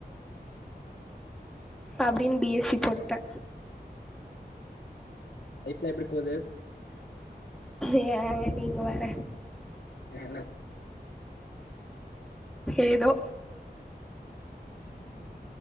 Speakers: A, on the left (about 85°); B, in the centre.
A: ம்
B: அப்பிடின் பி எஸ்சி போட்டே
A: லைஃப்லா எப்பிடி போது
B: ஏங்க நீங்க வேற
A: ஏ என்ன
B: ஏதோ
A: ஏதோவா